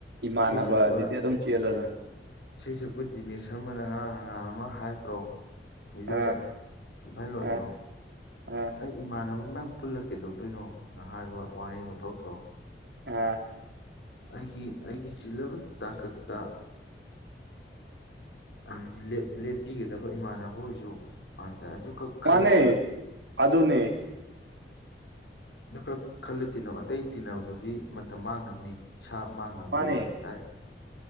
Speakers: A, on the right; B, on the left.
A: ꯏꯃꯥꯟꯅꯕ
B: ꯏꯁꯩ ꯁꯛꯄ
A: ꯑꯗꯨꯗꯤ ꯑꯗꯨꯝ ꯆꯦꯜꯂꯗꯝꯅꯤ
B: ꯏꯁꯩ ꯁꯛꯄꯨ ꯗꯤꯅꯦꯁ ꯁꯔꯃꯅ ꯉꯔꯥꯡ ꯅꯉꯥꯥꯟ ꯑꯃ ꯍꯥꯏꯗꯣ ꯕꯤꯗꯤꯌꯣꯗ
A: ꯑ
B: ꯚꯥꯏ ꯂꯣꯏꯗꯣ
A: ꯑ ꯑ
B: ꯑꯩ ꯏꯃꯥꯟꯅꯕ ꯃꯌꯥꯝ ꯄꯨꯜꯂ ꯀꯩꯗꯧꯗꯣꯏꯅꯣꯅ ꯍꯥꯏꯕ ꯋꯥꯍꯩ ꯑꯃ ꯊꯣꯛꯂꯛꯇ꯭ꯔꯣ
A: ꯑꯥ
B: ꯑꯩꯒꯤ ꯑꯩꯒꯤ ꯆꯤꯜꯂꯕ ꯇꯥꯡꯀꯛꯇ ꯍꯥꯏꯗꯤ ꯂꯦꯞꯄꯤꯒꯗꯕ ꯏꯃꯥꯟꯅꯕ ꯑꯣꯏꯁꯨ ꯍꯥꯏꯇꯥꯔꯦ ꯑꯗꯨꯈꯛ ꯈꯜꯂ
A: ꯃꯥꯅꯦ ꯑꯗꯨꯅꯦ
B: ꯑꯗꯨ ꯈꯛ ꯈꯜꯂ ꯇꯤꯟꯅꯧ ꯑꯇꯩ ꯇꯤꯟꯅꯕꯗꯨꯗꯤ ꯃꯇꯝ ꯃꯥꯡꯅꯕꯅꯤ ꯏꯁꯥ ꯃꯥꯡꯅꯕꯅꯤ
A: ꯃꯥꯅꯦ
B: ꯍꯥꯏ ꯗꯥꯢꯔꯦꯛ